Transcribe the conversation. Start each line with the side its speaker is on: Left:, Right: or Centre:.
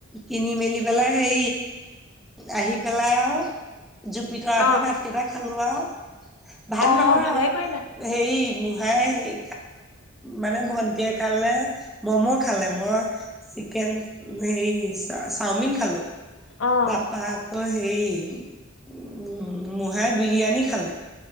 Centre: কিনি মেলি পেলাই হে আহি পেলাই আও। ভিতৰতে
Left: অ
Centre: ভাত কেইটা খালো আৰু ভাত
Left: অ
Centre: নহয়
Left: ভালে
Centre: আৰু।
Left: কৰিলা
Centre: হেৰি মাই মানে ভণ্টি এ কাৰালে। মম' খালে মই চিকেন হেৰি চাওমিন খালো।
Left: অ
Centre: তাৰাপা আকৌ হেৰি উ মুহাই বিৰিয়ানী খালে।